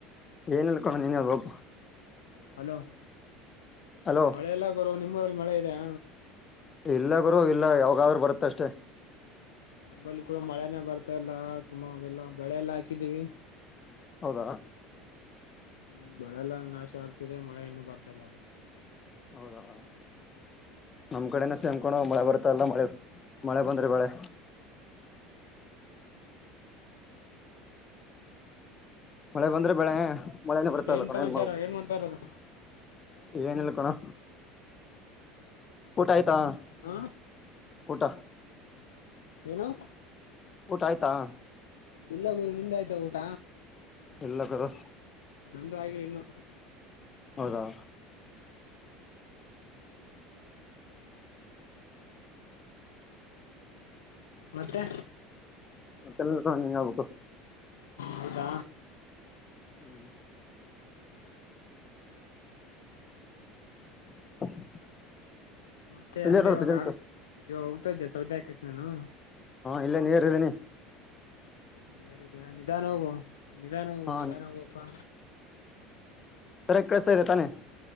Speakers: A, on the left (about 30°); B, on the left (about 70°).
A: ಏನಿಲ್ಲ ಕಣೋ ನೀನೇ ಹೇಳಬೇಕು
B: ಹಲೋ
A: ಹಲೋ
B: ಮಳೆ ಎಲ್ಲ ಗುರು ನಿಮ್ಮೂರಲ್ಲಿ ಮಳೆ ಇದಿಯಾ
A: ಇಲ್ಲಗರು ಇಲ್ಲ ಯಾವಾಗಾದ್ರರು ಬರುತ್ತ ಅಷ್ಟೇ
B: ನಂಬಲ್ಲಿ ಕೂಡ ಮಳೆನೇ ಬರ್ತಲ್ಲ ತುಂಬ ಎಲ್ಲಾ ಬೆಳೆ ಎಲ್ಲಾ ಹಾಕಿದೀವಿ
A: ಹೌದಾ
B: ಹ್ಮ ಬೆಳೆಲ್ಲನಾಶ ಆಗ್ತಿದೆ ಮಳೆ ಇನ್ನು ಬರ್ತಲ್ಲ ಅದು
A: ಹೌದಲ್ಲ ನಮ್ ಕಡೆನ
B: ಏನ್ ಮಾಡ್ಬೇಕು
A: ಸೇಮ್ ಕಣೋ
B: ಒಂದು
A: ಮಳೆ
B: ಗೊತ್ತಾಗ್ತಲ್ಲ
A: ಬರ್ತ ಇಲ್ಲ ಮಳೆ ಮಳೆ ಬಂದ್ರೆ ಬೆಳೆ ಮಳೆ ಬಂದ್ರೆ ಬೆಳೆ ಮಳೆನೇ
B: ಮತ್ತೆ
A: ಬರ್ತಾ ಇಲ್ಲ
B: ಏನ್
A: ಕಣೋ
B: ಸಮಾಚಾರ
A: ಮಾಡ್ಬೇಕು
B: ಏನ್ ಮಾಡ್ತ ಇರೋದು
A: ಏನಿಲ್ಲ ಕಣೋ ಊಟ ಆಯ್ತಾ
B: ಹಾ
A: ಊಟ
B: ಏನು
A: ಊಟ ಆಯ್ತಾ
B: ಇಲ್ಲಗುರು ನಿಂದ ಆಯ್ತ ಊಟ
A: ಎಲ್ಲ ಕಡೆ
B: ನಂದು ಆಗಿಲಿ ಇನ್ನು
A: ಹೌದಾ
B: ಮತ್ತೆ
A: ಮತ್ತೆ ನೀನೇ ಹೇಳಬೇಕು
B: ಹೌದ
A: ಹ್ಮ್ <unintelligible>
B: ಮತ್ತೆ
A: ಎಲ್ಲಿ
B: ಅಂದ್ರೆ
A: ಇರೋದು
B: ಇವಾಗ
A: ಪ್ರೆಸೆಂಟ್
B: ಆ ಇವಾಗ ಹೋಗ್ತಾ ಇದೆಯ ಸೌದೆ ಅಕೋಕೆ ನೀನು
A: ಇಲ್ಲ ನೀರಯಿದಿನಿ
B: ನಿಯರ್ ಇದೀವಿ ನಿಧಾನ ಹೋಗು ನಿಧಾನ ಹೋಗ
A: ಹಾ
B: ನಿಧಾನ ಹೋಗಪ್ಪಾ.
A: ಸರಾಗಿ ಕಳಿಸತಾ ಇದೆ ತಾನೇ,